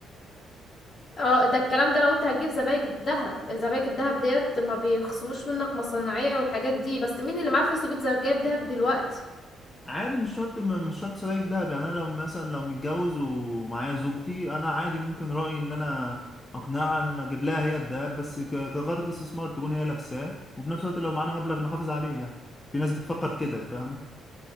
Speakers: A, on the left; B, on the left.
A: اه ده الكلام ده لو انت هتجيب زبايك الذهب زبايك الذهب ديت ما بيخصموش منك مصنعية والحاجات دي بس مين اللي معاه فلوس يجيب زبايك دهب دلوقتي
B: عادي مش شرط م- مش شرط سبائك دهب يعني انا لو مثلا لو متجوز ومعايا زوجتي انا عادي ممكن رأيي ان انا اقنعها ان اجيب لها هي الدهب بس ك- كغرض استثمار تكون هي لابساه وفي نفس الوقت لو معانا مبلغ نحافظ عليه يعني في ناس بتفكر كده فاهمة